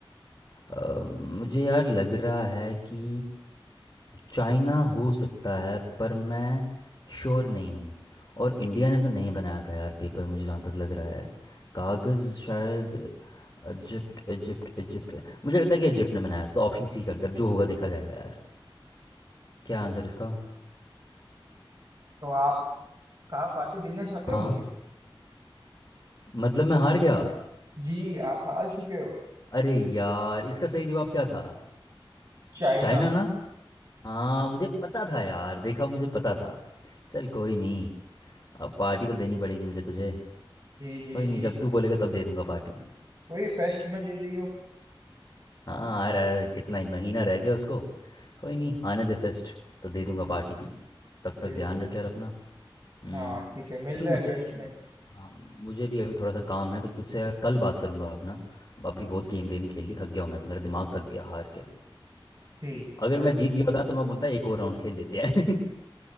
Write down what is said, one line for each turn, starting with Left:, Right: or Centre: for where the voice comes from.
Left: अ, मुझे यार लग रहा है कि चाइना हो सकता है पर मैं श्योर नहीं हूँ और इंडिया ने तो नहीं बनाया था यार पेपर मुझे जहाँ तक लग रहा है कागज़ शायद इजिप्ट इजिप्ट इजिप्ट मुझे लगता है कि इजिप्ट ने बनाया था तो ऑप्शन सी करते हैं अब जो होगा देखा जाएगा यार क्या आंसर इसका
Right: तो आप कहाँ पार्टी देना चाहते
Left: हाँ
Right: हो मुझे
Left: मतलब मैं हार गया
Right: जी आप हार चुके हो
Left: अरे यार इसका सही जवाब क्या था
Right: चाइना
Left: चाइना ना? हाँ मुझे पता था यार देखा मुझे पता था चल कोई नहीं अब पार्टी तो देनी पड़ेगी मुझे तुझे
Right: जी जी
Left: कोई नहीं
Right: जी
Left: जब तू बोलेगा तब दे दूंगा पार्टी
Right: वही फेस्ट में दे दियो
Left: हाँ आ रहा है कितना ही महीना रह गया उसको कोई नहीं आने दे फेस्ट तो दे दूंगा पार्टी भी तब तक
Right: बिल्कुल
Left: ध्यान रख यार अपना हम्म
Right: हाँ ठीक है मिलते
Left: सुन मुझे
Right: हैं फेस्ट में
Left: हाँ मुझे भी अभी थोड़ा सा काम है तो तुझसे यार कल बात करूंगा अपना अभी बहुत गेम वेम खेल ली थक गया हूँ मैं तो मेरा दिमाग थक गया हार के
Right: ठीक है
Left: अगर
Right: चलो
Left: मैं जीत गया होता ना, तो मैं बोलता एक और राउंड खेल लेते हैं